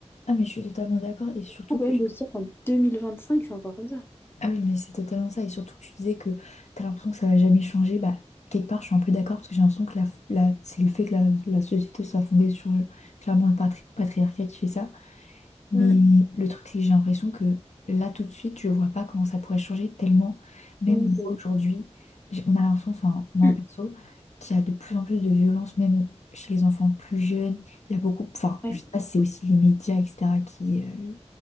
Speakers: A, on the left (about 75°); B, on the left (about 20°).
A: Ah, mais je suis totalement d'accord. Et surtout
B: Faut quand
A: que
B: même
A: tu.
B: de se dire qu'en 2025 c'est encore comme ça.
A: Ah oui, mais c'est totalement ça. Et surtout que tu disais que t'as l'impression que ça va jamais changer. Bah, quelque part, je suis un peu d'accord parce que j'ai l'impression que la, la- c'est le fait que la, la société soit fondée sur euh, clairement le patri- patriarcat qui fait ça. Mais
B: Mm.
A: le truc, c'est que j'ai l'impression que là, tout de suite, je vois pas comment ça pourrait changer tellement, même
B: Donc,
A: une fois
B: euh,
A: aujourd'hui, j'ai- on a l'impression, enfin, moi
B: <clears throat> mm.
A: perso, qu'il y a de plus en plus de violence, même chez les enfants plus jeunes. Il y a beaucoup, enfin,
B: Ouais,
A: je sais pas si c'est aussi les médias, etc., qui euh,